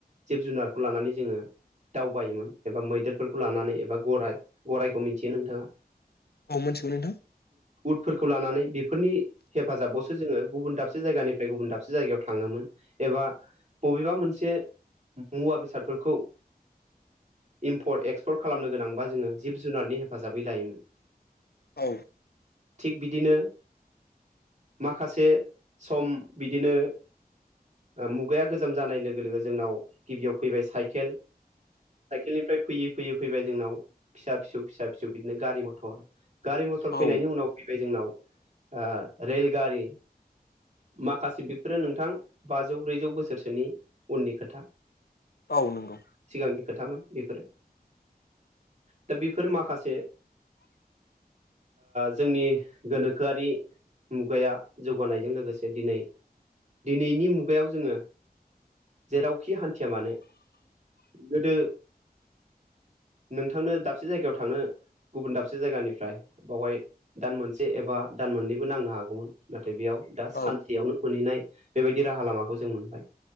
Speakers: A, on the right; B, on the left.
A: जिब जुनारखौ लानानै जोङो दावबायोमोन एबा मैदेरफोरखौ लानानै एबा गराइ गराइखौ मिथियो नोंथाङा
B: औ मोनथिगोन नोंथां।
A: उदफोरखौ लानानै बेफोरनि हेफाजाबावसो जोङो गुबुन दाबसे जायगानिफ्राय गुबुन दाबसे जायगायाव थाङोमोन एबा बबेबा मोनसे मुवा बेसादफोरखौ इम्पर्ट एक्सपर्ट खालामनो गोनांबा जोङो जिब जुनारनि हेफाजाबै लायोमोन।
B: औ
A: थिग बिदिनो माखासे सम बिदिनो मुगाया गोजाम जानाय लोगो लोगो जोंनाव गिबियाव फैबाय साइकेल साइकेलनिफ्राय फैयै फैयै फैबाय जोंनाव फिसा फिसौ फिसा फिसौ बिदिनो गारि मथर गारि मथर
B: औ
A: फैनायनि उनाव फैबाय जोंनाव रेलगारि माखासे बेफोरो नोंथां बाजौ ब्रैजौ बोसोरसोनि उननि खोथा।
B: औ नोंगौ।
A: सिगांनि खोथामोन बेफोरो दा बेफोर माखासे जोंनि गोनोखोआरि मुगाया जौगानायजों लोगोसे दिनै दिनैनि मुगायाव जोङो जेरावखि हान्थिया मानो। गोदो नोंथांनो दाबसे जायगायाव थांनो गुबुन दाबसे जायगानिफ्राय बावहाय दान मोनसे एबा दान मोननैबो नांनो हागौमोन। नाथाय बेयाव दा सानसेयावनो
B: औ
A: मोनहैनाय बेबायदि राहा लामाखौ जों मोनबाय